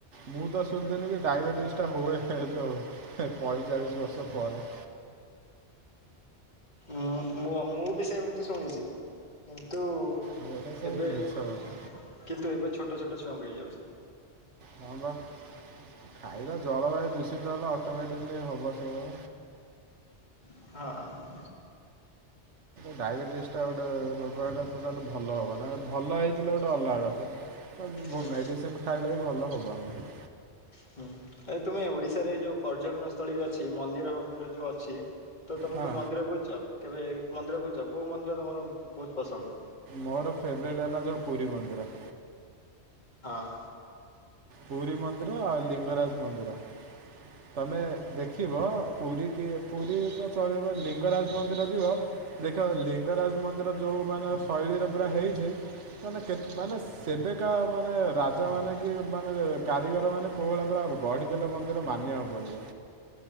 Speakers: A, on the right (about 80°); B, on the left (about 40°).
A: ମୁଁ ତ ଶୁଣିିନି କି ଡାଇବେଟିସ ଟା ହୁଏ ଏ ଯୋଉ ପଇଁଚାଳିଶ ବର୍ଷର ପରେ
B: ଁ ମୁଁ ମୁଁ ବି ସେମିତି ଶୁଣିଛି କିନ୍ତୁ
A: ଏଇଟା ସବୁ
B: ଏବେ
A: ମିଛ
B: କିନ୍ତୁ
A: କଥା
B: ଏବେ ଛୋଟ ଛୋଟ ଛୁଆଙ୍କୁ ହେଇଯାଉଛି
A: ହଁ ବା ଖାଇବା ଜଳବାୟୁ ଦୂଷିତ ହେଲେ ଅଟୋମେଟିକଲି ହବ ସେଇଗ
B: ହଁ
A: ଡାଇବେଟିସ୍ ସେଟା ଗୋଟେ ରୋଗଟା ଟୋଟାଲ ଭଲ ହବ ନା ଭଲ ହେଇଥିଲା ଗୋଟେ ଅଲଗା କଥା
B: ହୁଁ
A: ମେଡ଼ିସିନ ଖାଇଲେ ବି ଭଲ ହେବନି
B: ହୁଁ ଏ ତୁମେ ଓଡିଶାରେ ଯୋଉ ପର୍ଯ୍ୟଟନ ସ୍ଥଳୀ ଅଛି ମନ୍ଦିର ମନ୍ଦିର ଯୋଉ ଅଛି ତ ତମକୁ
A: ହଁ
B: କି ମନ୍ଦିର ବୁଲଛ କେବେ ମନ୍ଦିର ବୁଲୁଛ କୋଉ ମନ୍ଦିର ତମର ବହୁତ ପସନ୍ଦ
A: ମୋର ଫେବରେଟ୍ ହେଲା ଯେଉଁ ପୁରୀ ମନ୍ଦିର
B: ହଁ
A: ପୁରୀ ମନ୍ଦିର ଆଉ ଲିଙ୍ଗରାଜ ମନ୍ଦିର ତମେ ଦେଖିବ ପୁରୀ କି ପୁରୀ ତ ଚଳିବ ଲିଙ୍ଗରାଜ ମନ୍ଦିର ଯିବ ଦେଖ ଲିଙ୍ଗରାଜ ମନ୍ଦିର ଯୋଉ ମାନେ ଶୈଳୀର ପୁର ହେଇଛି ମାନେ କେେ ମାନେ ସେବେକା ମାନେ ରାଜା ମାନେ କି ମାନେ କାରିଗର ମାନେ କୋଉହଳି ପୁରରା ଗଢିଦେଲେ ମନ୍ଦିର ମାନ ିବାକୁ ପଡିବ